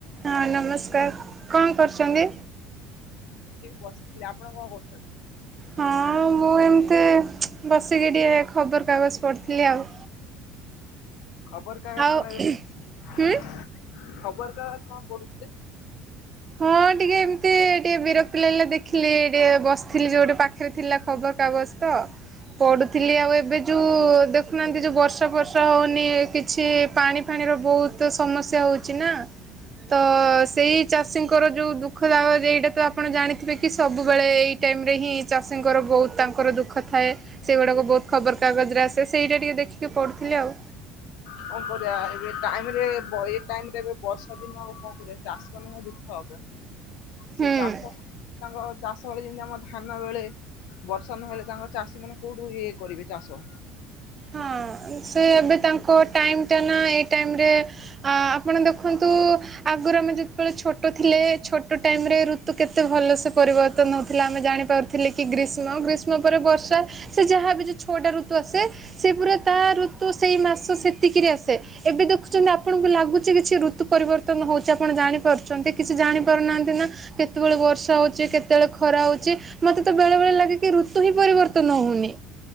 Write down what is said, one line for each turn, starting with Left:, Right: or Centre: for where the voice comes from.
Right: ହଁ ନମସ୍କାର କଣ କରୁଛନ୍ତି?
Left: ବସିଥିଲି ଆପଣ କଣ କରୁଛନ୍ତି?
Right: ହଁ। ମୁଁ ଏମିତି ବସିକି ଟିକେ ଖବରକାଗଜ ପଢ଼ିଥିଲି ଆଉ।
Left: ଖବର କାଗଜ
Right: ଆଉ
Left: ପଢ଼? ଖବର
Right: ହୁଁ
Left: କାଗଜ କଣ ପଢୁଥିଲେ?
Right: ହଁ ଟିକେ ଏମିତି ଟିକେ ବିରକ୍ତି ଲାଗିଲା ଦେଖିଲି ଟିକେ ବସିଥିଲି ଯୋଉଠି ପାଖରେ ଥିଲା ଖବର କାଗଜ ତ ପଡୁଥିଲି ଆଉ ଏବେ ଯୋଉ ଦେଖୁନାହାନ୍ତି ଯୋଉ ବର୍ଷା ବର୍ଷା ହଉନି କିଛି ପାଣି ଫାଣି ବହୁତ ସମସ୍ୟା ହଉଛି ନା ତ ଚାଷୀଙ୍କର ଯୋଉ ଦୁଃଖ ଦାଗ ଏଇଟା ତ ଆପଣ ଜାଣିଥିବେ କି ସବୁବେଳେ ଏଇ ଟାଇମ ରେ ହିଁ ଚାଷୀଙ୍କର ବହୁତ ତାଙ୍କର ଦୁଃଖ ଥାଏ ସେଗୁଡାକ ବହୁତ ଖବର କାଗଜରେ ଆସେ ସେଇତ ଦେଖିକି ଟିକେ ପଢ଼ୁଥିଲି ଆଉ।
Left: କଣ କରିବା ଏବେ ଟାଇମ ରେ ଏ ଟାଇମ ରେ ଏବେ ବର୍ଷା ଦିନ ଆଉ କଣ କରିବା ଚାଷୀ ମାନଙ୍କ ଦୁଃଖ। ସେ
Right: ହୁଁ।
Left: ଚାଷ ତାଙ୍କ ଚାଷ ବଳେ ଯେମିତି ବର୍ଷା ନହେଲେ ତାଙ୍କର ଚାଷୀ ମାନେ କୋଉଠୁ ଇଏ କରିବେ ଚାଷ।
Right: ହଁ। ସେ ଏବେ ତାଙ୍କ ଟାଇମ ଟା ନା ଏଇ ଟାଇମରେ ଆପଣ ଦେଖନ୍ତୁ ଆଗରୁ ଆମେ ଯେତେବେଳେ ଛୋଟ ଥିଲେ ଛୋଟ ଟାଇମ ରେ ଋତୁ କେତେ ଭଲ ପରିବର୍ତ୍ତନ ହଉଥିଲା ଆମେ ଜାଣି ପାରୁଥିଲେ କି ଗ୍ରୀଷ୍ମ ଗ୍ରୀଷ୍ମ ପରେ ବର୍ଷା ସେ ଯାହା ବି ଛୋଟ ଋତୁ ଆ ସେ ପ ତା ଋତୁ ସେଇ ମାସ ସେତିକିରି ଆସେ ଏବେ ଦେଖୁଛନ୍ତି ଆପଣଙ୍କୁ ଲାଗୁଛି କିଛି ଋତୁ ପରିବର୍ତ୍ତନ ହଉଛି ଆପଣ ଜାଣିପାରୁଛନ୍ତି କି ସେ ଜାଣିପାରୁନାହାନ୍ତି ନା କେତେବେଳେ ବର୍ଷା ହଉଚି, କେତେବେଳେ ଖରା ହଉଚି, ମତେ ତୋ ବେଳେ ବେଳେ ଲାଗେ କି ରୁ ୠତୁ ହିଁ ପରିବର୍ତ୍ତନ ହଉନି।